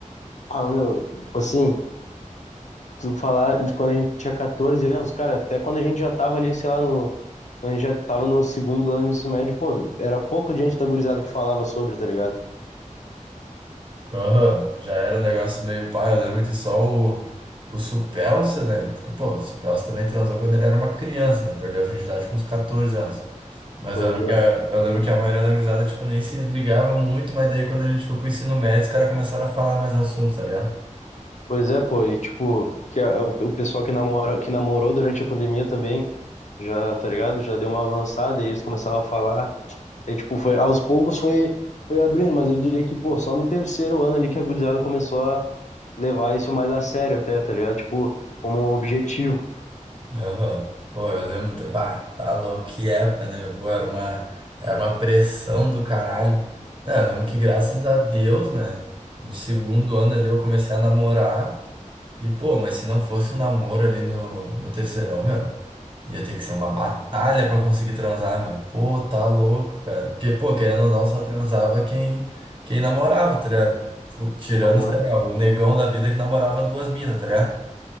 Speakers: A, on the left (about 60°); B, on the right (about 40°).
A: Ah, meu, tipo assim, tu falar de quando a gente tinha 14 anos, cara, até quando a gente já tava ali, sei lá, no, quando a gente já tava no segundo ano do ensino médio, pô, era pouco gente da gurizada que falava sobre, tá ligado?
B: Aham, já era um negócio meio pá. Eu lembro que só o, o Supelsa, né? Porque, pô, o Supelsa também transou quando ele era uma criança, né? Perdeu a virgindade com uns 14 anos. Mas
A: Pois
B: eu lembro
A: é.
B: que a, eu lembro que a maioria da gurizada, tipo, nem se ligava muito, mas daí quando a gente foi pro ensino médio, os caras começaram a falar mais assuntos, tá ligado?
A: Pois é, pô, e tipo, que a- o pessoal que namora, que namorou durante a pandemia também, já, tá ligado? Já deu uma avançada e eles começavam a falar. É, tipo, foi, aos poucos foi, foi abrindo, mas eu diria que, pô, só no terceiro ano ali que a gurizada começou a levar isso mais a sério até, tá ligado? Tipo, como um objetivo.
B: Aham. Pô, eu lembro. ta- Bah, tá louco, que época, né? Pô, era uma, era uma pressão do caralho. Não, eu lembro que graças a Deus, né? No segundo ano ali eu comecei a namorar. E, pô, mas se não fosse um namoro ali no, no terceirão, meu, ia ter que ser uma batalha pra conseguir transar, meu. Pô, tá louco, cara. Porque, pô, querendo ou não, só transava quem, quem namorava, tá ligado? Tipo, tirando,
A: Papo
B: sei
A: reto.
B: lá, o negão da vida que namorava duas minas, tá ligado?